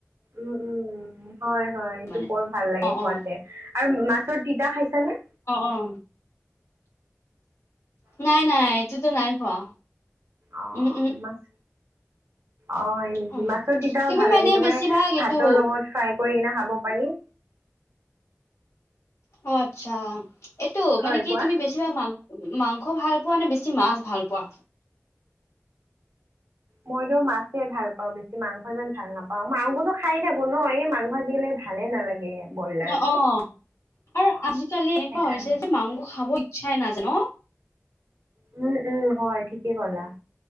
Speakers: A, on the right (about 70°); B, on the left (about 70°).
A: উম উম উম উম। হয় হয় এইটো
B: মানে
A: বৰ ভাল লাগে
B: অ অ
A: খোৱাতে আৰু মাছৰ তিতা খাইছানে?
B: অহ। নাই নাই এইটোতো নাই খোৱা।
A: অ
B: উম উম
A: মাছ অ হয় নেকি?
B: উম
A: মাছৰ তিতাও
B: তুমি
A: ভাল
B: মানে
A: লাগে তোমাৰ
B: বেছিভাগ এইটো
A: ভাতৰ লগত ফ্ৰাই কৰি কিনে খাব পাৰি।
B: অ আচ্ছা এইটো
A: হয়
B: মানে কি
A: কোৱা
B: তুমি বেছিভাগ মাংস মাংস ভাল পোৱা নে বেছি মাছ ভাল পোৱা?
A: মইটো মাছে ভাল পাওঁ বেছি মাংস ইমান ভাল নাপাওঁ মাংসটো খায়ে থাকো ন এই মাংস আজিকালি ভালে নালাগে। ব্ৰইলাৰটো
B: অ অ আৰু আজিকালি এনেকুৱা
A: সেইকাৰণে
B: হৈছে যে মাংস খাব ইচ্ছাই নাযায় ন।
A: উম উম হয় ঠিকে ক'লা।